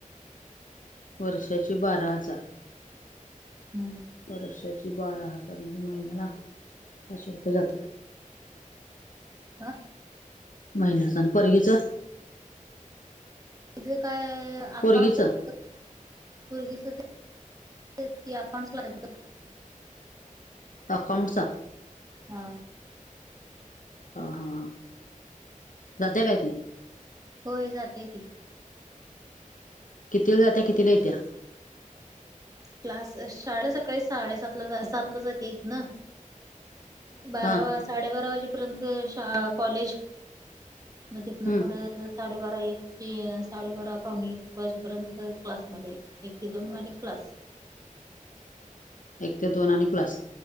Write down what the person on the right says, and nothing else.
ह
हा
तिचं काय अकाउंटचं
फक्त पोरगीच ते तेच की अकाउंट्स ला हय बघ
हा
होय जात्या की
क्लास शाळेला सकाळी साडेसातला सातला जात्या इथन. बारा
वा साडेबारा वाजेपर्यंत शा कॉलेज, म तिथन
परत साडेबारा एक ते साडेबारा पावणे एक वाजेपर्यंत क्लासमध्ये, एक ते दोन आणि क्लास.